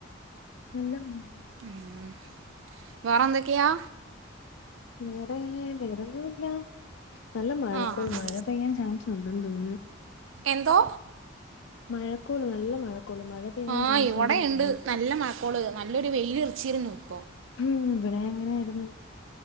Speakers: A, on the left; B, on the right.
A: നല്ല മഴ.
B: ആഹ് വേറെന്തൊക്കെയാ?
A: വേറെ വേറൊന്നു ഇല്ല. നല്ല മഴക്കോള്.
B: ആഹ്
A: മഴ പെയ്യാൻ ചാൻസ് ഉണ്ടെന്ന് തോന്നുന്നു.
B: എന്തോ?
A: മഴക്കോള് നല്ല മഴക്കോള്. മഴ പെയ്യാൻ
B: ആഹ്
A: ചാൻസ്
B: ഇവിടെയിണ്ട്
A: ഉണ്ടെന്ന് തോന്നുന്നു
B: നല്ല മഴക്കോള്. നല്ലൊരു വെയിലറച്ചിരുന്നു ഇപ്പൊ.
A: ഹ്മ്മ് ഇവിടെയും അങ്ങനെയായിരുന്നു.